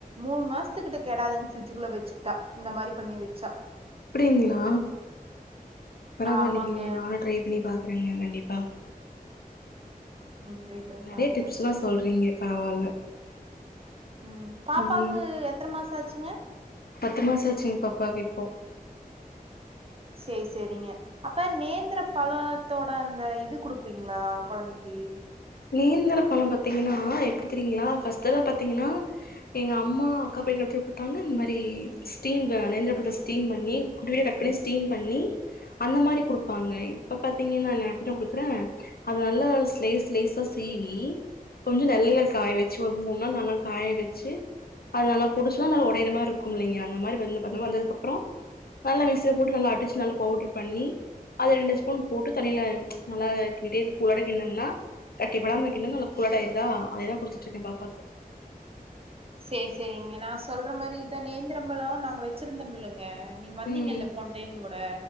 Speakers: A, on the right; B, on the left.
A: மூணு மாசத்துக்கிட்ட கேடாதுங்க பிரிட்ஜ்க்குள்ள வச்சுக்கிட்டா இந்த மாரி பண்ணி வச்சா
B: அப்டிங்களா பரவாயில்லங்களே
A: ஆமாங்க
B: நானும் ட்ரை பண்ணி பாக்குறங்க கண்டிப்பா ம்
A: ட்ரை பண்ணி
B: நறையா
A: பாருங்க
B: டிப்ஸ்ல்லாம் சொல்றீங்க பரவால்ல
A: ம் பாப்பாக்கு
B: ம்
A: எத்தன மாசோ ஆச்சுங்க
B: பத்து மாசோ ஆச்சு பாப்பாக்கு இப்போ
A: சேர் சேரிங்க அப்ப நேந்ரம் பழத்தோட அந்த இது குடுப்பீங்களா கொழந்தைக்கு
B: நேந்தரம் பழம் பாத்தீங்கன்னா எப்டி தெரியுங்களா ஃபர்ஸ்ட்டலா பாத்தீங்கனா எங்க அம்மா அக்கா போய் வெட்டி குடுத்தாங்க இந்த மாரி ஸ்டீம் வெ நேந்தர பழத்த ஸ்டீம் பண்ணி குட்டி குட்டியா கட் பண்ணி ஸ்டீம் பண்ணி அந்த மாரி குடுப்பாங்க இப்ப பாத்தீங்கன்னா நா எப்பிட்ற குடுக்கறேன் அது நல்லா ஸ்லேஸ் ஸ்லேஸ் கம் சீவி கொஞ்சோ நிழல்ல காய வச்சு ஒரு மூன்நாள் நாலுநாள் காய வச்சு அதெல்லாம் பொடுசா நல்லா உடையற மாரி இருக்கும் இல்லைங்க அந்த மாரி வெள்ல வந்து வந்ததுக்கப்பறோ நல்லா மிக்சில போட்டு நல்லா அடிச்சு நல்லா பவுட்ர் பண்ணி அது ரெண்டு ஸ்பூன் போட்டு தண்ணில நல்லா கின்னிட்டே இருந்து கூழ்ழோட கின்னம்ன்னா கட்டிபடாம வைக்கணும் நல்ல குழாட்டம் ஆயிருதா அத தான் குடுத்துட்டுருக்கே பாப்பாக்கு
A: சேர் சேரிங்க நா சொல்ற மாரி இதான் நேந்திரபழோ நாங்க வச்சிருந்தோம் இல்லங்க நீங்க வந்தீங்கல்ல
B: ம்
A: போன டைம் கூட